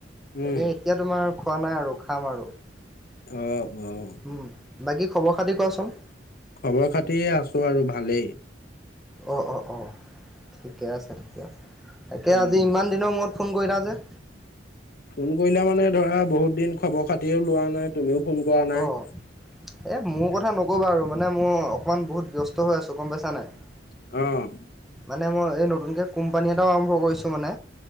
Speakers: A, in the centre; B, on the left (about 50°).
A: তাকে
B: উম
A: এতিয়া তোমাৰ খোৱা নাই আৰু খাম আৰু।
B: অহ', অও।
A: উম বাকী খবৰ খাতি কোৱাচোন?
B: খবৰ খাতি আছোঁ আৰু ভালেই।
A: অহ', অহ', অহ' ঠিকে আছে তেতিয়া। তাকে
B: উম
A: আজি ইমান দিনৰ মূৰত ফোন কৰিলা যে।
B: ফোন কৰিলা মানে ধৰা বহুত দিন খবৰ খাতিও লোৱা নাই তুমিও। <unintelligible> ফোন কৰা নাই
A: অঁ এই মোৰ কথা
B: <unintelligible>
A: নকবা আৰু মানে মোৰ অকণমান বহুত ব্যস্ত হৈ আছোঁ গম পাইছা নাই। <inaudible>
B: অঁ। <unintelligible>
A: মানে মই এই নতুনকৈ কোম্পানী এটাও আৰম্ভ কৰিছোঁ মানে।